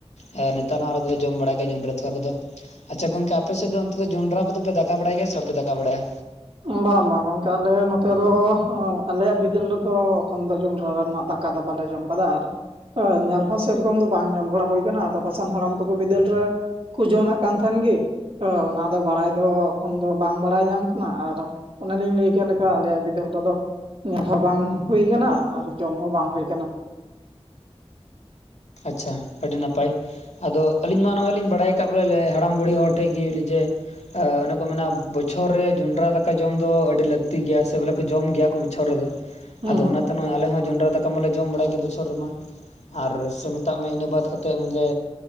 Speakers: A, on the left (about 90°); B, on the right (about 55°).
A: ᱟᱨ ᱱᱮᱛᱟᱨ ᱦᱚᱸ ᱟᱞᱮ ᱫᱚᱞᱮ ᱡᱚᱢ ᱵᱟᱲᱟᱭ ᱫᱟ ᱡᱚᱸᱰᱨᱟ ᱛᱚᱣᱟ ᱠᱚᱫᱚ᱾ ᱟᱪᱪᱷᱟ ᱜᱚᱝᱠᱮ ᱟᱯᱮ ᱥᱮᱫ ᱫᱚ ᱚᱱᱛᱮ ᱫᱚ ᱡᱚᱸᱰᱨᱟ ᱠᱚᱫᱚ ᱯᱮ ᱫᱟᱠᱟ ᱵᱟᱲᱟᱭ ᱜᱮᱭᱟ ᱥᱮ ᱵᱟᱯᱮ ᱫᱟᱠᱟ ᱵᱟᱲᱟᱭᱟ?
B: ᱵᱟᱝ ᱵᱟᱝ ᱜᱚᱝᱠᱮ ᱟᱞᱮ ᱱᱚᱛᱮ ᱫᱚ ᱟᱞᱮᱭᱟᱜ ᱵᱤᱫᱟᱹᱞ ᱨᱮᱫᱚ ᱮᱠᱷᱚᱱ ᱫᱚ ᱡᱚᱱᱰᱨᱟ ᱨᱮᱱᱟᱜ ᱫᱟᱠ ᱠᱟ ᱫᱚ ᱵᱟᱞᱮ ᱡᱚᱢ ᱠᱟᱫᱟ ᱟᱨ ᱧᱮᱞ ᱦᱚᱸ ᱥᱮᱨᱚᱠᱚᱢ ᱫᱚ ᱵᱟᱝ ᱧᱮᱞ ᱵᱟᱲᱟ ᱦᱩᱭ ᱠᱟᱱᱟ, ᱟᱫᱚ ᱯᱟᱥᱟᱱ ᱦᱟᱲᱟᱢ ᱛᱟᱠᱚ ᱵᱤᱫᱟᱹᱞ ᱨᱮ ᱠᱩ ᱡᱚᱢᱮᱜ ᱠᱟᱱ ᱛᱟᱦᱮᱱ ᱜᱤ ᱚᱱᱟ ᱫᱚ ᱵᱟᱲᱟᱭ ᱫᱚ ᱮᱠᱷᱚᱱ ᱫᱚ ᱵᱟᱝ ᱵᱟᱲᱟᱭ ᱧᱟᱢ ᱠᱟᱱᱟ᱾ ᱟᱨ ᱚᱱᱮ ᱞᱤᱧ ᱞᱟᱹᱭ ᱠᱮᱫ ᱞᱮᱠᱟ ᱟᱞᱮᱭᱟᱜ ᱵᱤᱫᱟᱹᱞ ᱨᱮᱫᱚ ᱧᱮᱞ ᱦᱚᱸ ᱵᱟᱝ ᱦᱩᱭ ᱠᱟᱱᱟ ᱟᱨ ᱡᱚᱢ ᱦᱚᱸ ᱵᱟᱝ ᱦᱳᱭ ᱠᱟᱱᱟ᱾
A: ᱟᱪᱪᱷᱟ, ᱟᱹᱰᱤ ᱱᱟᱯᱟᱭ᱾ ᱟᱫᱚ ᱟᱹᱞᱤᱧ ᱢᱟ ᱱᱚᱜᱼᱚᱭ ᱞᱤᱧ ᱵᱟᱲᱟᱭ ᱟᱠᱟᱫ ᱵᱚᱞᱮ ᱦᱟᱲᱟᱢ ᱵᱩᱲᱦᱤ ᱦᱚᱲ ᱴᱷᱮᱡ ᱜᱮ ᱞᱮ ᱡᱮ ᱚᱱᱮ ᱠᱚ ᱢᱮᱱᱟ ᱵᱚᱪᱷᱚᱨ ᱨᱮ ᱡᱚᱸᱰᱨᱟ ᱫᱟᱠᱟ ᱡᱚᱢ ᱫᱚ ᱟᱹᱰᱤ ᱞᱟᱹᱠᱛᱤ ᱜᱮᱭᱟ ᱥᱮ ᱵᱚᱞᱮ ᱠᱚ ᱡᱚᱢ ᱜᱮᱭᱟ ᱠᱚ ᱵᱚᱪᱷᱚᱨ ᱨᱮᱫᱚ᱾
B: ᱦᱩᱸ
A: ᱟᱫᱚ
B: ᱦᱩᱸ
A: ᱚᱱᱟᱛᱮ ᱱᱚᱜᱼᱚᱭ ᱟᱞᱮ ᱦᱚᱸ ᱡᱚᱸᱰᱨᱟ ᱫᱟᱠᱟ ᱢᱟᱞᱮ ᱡᱚᱢ ᱵᱟᱲᱟᱭ ᱜᱮᱭᱟ ᱵᱚᱪᱷᱚᱨ ᱨᱮᱢᱟ᱾ᱟᱨ ᱥᱮ ᱢᱮᱛᱟᱜ ᱢᱮ ᱤᱱᱟᱹ ᱵᱟᱫᱽ ᱠᱟᱛᱮᱫ ᱢᱮᱞᱮ